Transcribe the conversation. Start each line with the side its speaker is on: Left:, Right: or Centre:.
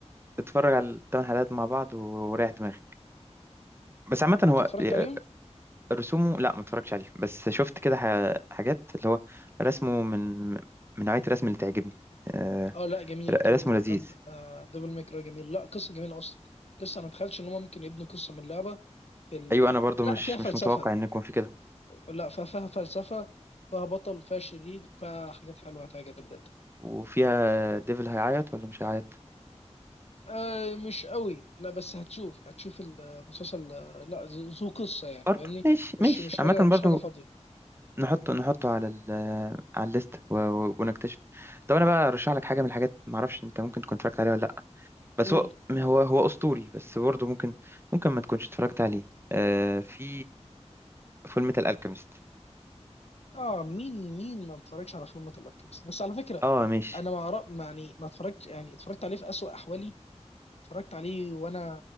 Right: اتفرج على الثمان حلقات مع بعض و- وريح دماغك بس عامه هو
Left: انت اتفرجت
Right: آه،
Left: عليهم
Right: رسومه لا ما اتفرجتش عليه بس شفت كده ح- حاجات اللي هو رسمه من من نوعيه الرسم اللي تعجبني آه،
Left: اه لا جميل
Right: ر-
Left: جميل
Right: رسمه لذيذ
Left: دند... آه ديفل ماي كراي جميل لا قصه جميله اصلا قصه انا ما اتخيلش ان هم ممكن يبنوا قصه من لعبه في ال...
Right: ايوه انا برضو
Left: لا
Right: مش
Left: فيها فلسفه
Right: مش متوقع ان يكون في كده
Left: لا ف- فيها فلسفة فيها بطل فيها شرير فيها حاجات حلوة هتعجبك جدا
Right: وفيها ديفل هيعيط ولا مش هيعيط
Left: آه مش قوي لا بس هتشوف هتشوف المسلسل آه، لا ذو قصة يعني
Right: برضه
Left: فاهمني
Right: ماشي
Left: مش
Right: ماشي
Left: مش حاجة
Right: عامة
Left: مش
Right: برضه
Left: حاجة فاضية
Right: نحطه نحطه على ال على الليست و- و- ونكتشف طب انا بقى ارشح لك حاجة من الحاجات معرفش انت ممكن تكون اتفرجت عليها ولا لا بس
Left: قول
Right: هو هو هو اسطوري بس برضه ممكن ممكن ما تكونش اتفرجت عليه آه في آه فول ميتال الكيمست
Left: اه مين مين ما اتفرجش على فيلم الالكيمست بس على فكرة
Right: اه ماشي
Left: انا ما أعرف- ما يعني ما اتفرجت يعني اتفرجت عليه في أسوأ احوالي اتفرجت عليه وانا